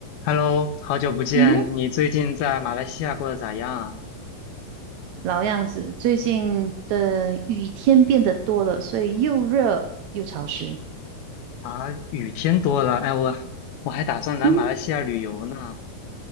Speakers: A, on the left (about 80°); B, on the right (about 65°).
A: Hello，好久不见，
B: 嗯哼，
A: 你最近在马来西亚过得咋样
B: 老样子，最近的雨天变得多了，所以又热又潮湿。
A: 啊？啊，雨天多了，哎，我我还打算来马来西亚旅游呢。
B: 嗯，